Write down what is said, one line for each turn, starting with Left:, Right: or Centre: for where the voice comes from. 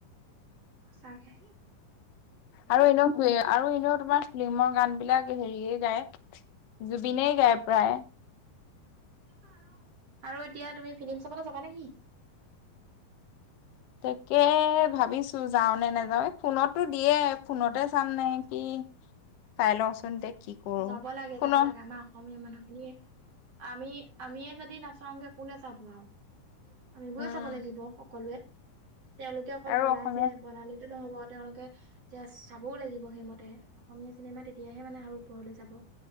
Right: সঁচাকে
Left: আৰু এনেও আৰু এনেও তোমাৰ ফিল্মৰ গান। বিলাক হেৰিয়ে গায় জুবিনে গায় প্ৰায়।
Right: <inaudible> আৰু এতিয়া তুমি ফিলিম চাবলৈ যাবা নেকি?
Left: তাকে ভাবিছো যাওঁ নে নাযাওঁ ফোনতো দিয়ে। ফোনতে চাম নে কি? চাই লওঁচোন দে কি কৰো
Right: যাব লাগে,
Left: শুন
Right: যাব লাগে আমাৰ অসমীয়া মানুহ খিনিয়ে আমি। আমিয়ে যদি নাচাওঁগে কোনে চাব আৰু আমিবোৰে
Left: উম
Right: চাব লাগিব সকলোৱে। তেওঁলোকে অকল
Left: আৰু
Right: বনাইছেহে
Left: অসমীয়া
Right: বনালে টো নহব তেওঁলোকে এতিয়া চাবও লাগিব সেইমতে অসমীয়া চিনেমা তেতি তিয়াহে মানে আৰু ওপৰলৈ যাব,